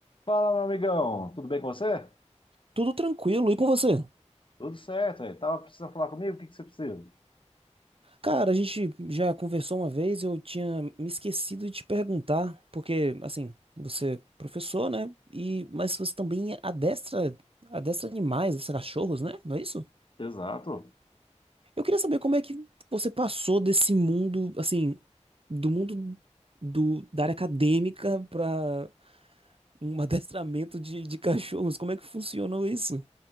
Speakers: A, on the left; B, on the right.
A: Fala, meu amigão, tudo bem com você?
B: Tudo tranquilo. E com você?
A: Tudo certo, aí. Tava precisando falar comigo? O que que você precisa?
B: Cara, a gente já conversou uma vez, eu tinha me esquecido de te perguntar, porque assim, você é professor, né? E mas você também adestra, adestra animais, adestra cachorros, né? Não é isso?
A: Exato.
B: Eu queria saber como é que você passou desse mundo, assim, do mundo do, da área acadêmica para um <laughs> adestramento de, de cachorros. Como é que funcionou isso?